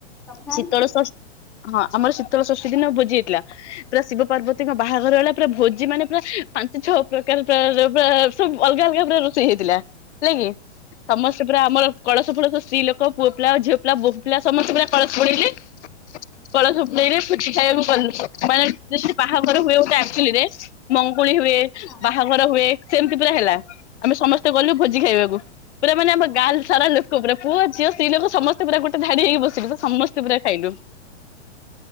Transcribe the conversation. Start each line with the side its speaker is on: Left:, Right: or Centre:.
Centre: ତମ ଗାଁରେ
Left: ଶୀତଳ
Centre: ହୁଏ?
Left: ସ ହଁ ଆମର ଶୀତଳ ଷଷ୍ଠୀ ଦିନ ଭୋଜି ହେଇଥିଲା। ପୁରା ଶିବ ପାର୍ବତୀଙ୍କ ବାହାଘର ହେଲା ପୁରା ଭୋଜି ମାନେ ପୁରା ପାଞ୍ଚ ଛଅ ପ୍ରକାର ତ ସବ ଆ ସବୁ ଅଲଗା ଅଲଗା ପୁରା ରୋଷେଇ ହେଇଥିଲା ହେଲା କି ସମସ୍ ସ୍ତ ଆମର କଳସ ଫଳସ ସ୍ତ୍ରୀ ଲୋକ ପୁଅ ପିଲା ଝିଅ ପିଲା ବୋହୂ ପିଲା ସମସ୍ତେ ପୁରା କଳସ ବୁଡେଇଲେ। କଳସବ ନେଇଲେ ଭୋଜି ଖାଇବା ବି କୁ ଗଲୁ ମାନେ ଯେମିତି ବାହାଘର ହୁଏ ଗୋଟେ ଆଚଲିରେ ମଙ୍ଗୁଳି ହୁଏ
Centre: ହଁ
Left: ବାହାଘର ହୁଏ ସେମିତି ପୁରା ହେଲା। ଆମେ ସମସ୍ତେ ଗଲୁ ଭୋଜି ଖାଇବାକୁ ପୁରା ମାନେ ଆମ ଗାଁ ଲ ସାରା ଲୋକ ପୂରା ପୁଅ ଝିଅ ସ୍ତ୍ରୀ ଲୋକ ସମସ୍ତେ ପୂରା ଗୋଟେ ଧାଡି ହେଇକି ବସିଲୁ ପୂରା ସମସ୍ତେ ପୁରା ଖାଇଲୁ।